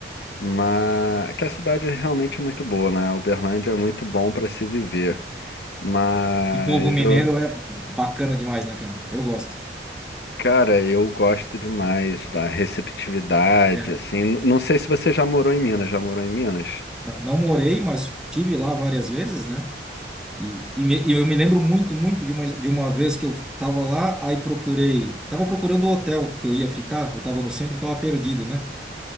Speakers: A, on the left (about 70°); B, in the centre.
A: mas que a cidade é realmente muito boa, né? Uberlândia é muito bom pra se viver. Mas
B: E povo mineiro
A: eu
B: é bacana demais, né, cara? Eu gosto.
A: Cara, eu gosto demais da receptividade,
B: É.
A: assim. N- Não sei se você já morou em Minas, já morou em Minas?
B: Não, não morei, mas tive lá várias vezes, né? E, e, me- e eu me lembro muito, muito de uma, de uma vez que eu tava lá, aí procurei, tava procurando o hotel que eu ia ficar, eu tava no centro e tava perdido, né?